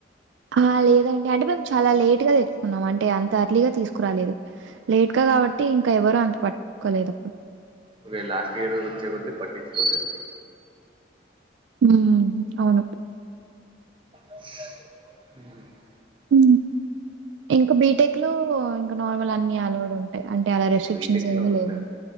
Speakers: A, on the right (about 75°); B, on the right (about 25°).
A: ఆ లేదండి అంటే మేము చాలా లేట్ గా తెచ్చుకున్నాం అంటే అంత అర్లీగా తీసుకురాలేదు లేట్గా కాబట్టి ఇంకా ఎవరు అంత పట్టుకోలేదు అప్పుడు
B: ఓరే లాస్ట్ ఇయర్ వచ్చే కొద్ధి పట్టించుకోలేదు
A: హ్మ్ అవును
B: <inaudible>
A: ఉ ఇంకా బీటెక్ లో ఇంకా నార్మల్ అన్ని అలోడ్ ఉన్నాయి అంటే అలా రెస్ట్రిక్షన్స్
B: బీటెక్లో
A: ఏమి
B: ఉంటా
A: లేవు